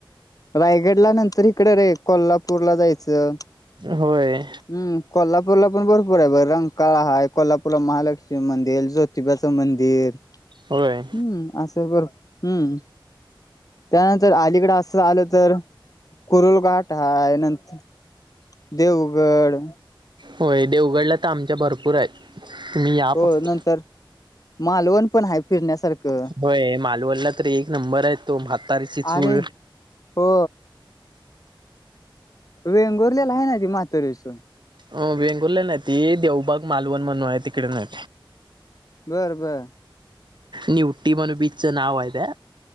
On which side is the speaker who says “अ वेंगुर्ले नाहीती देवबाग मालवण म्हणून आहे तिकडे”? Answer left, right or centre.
Right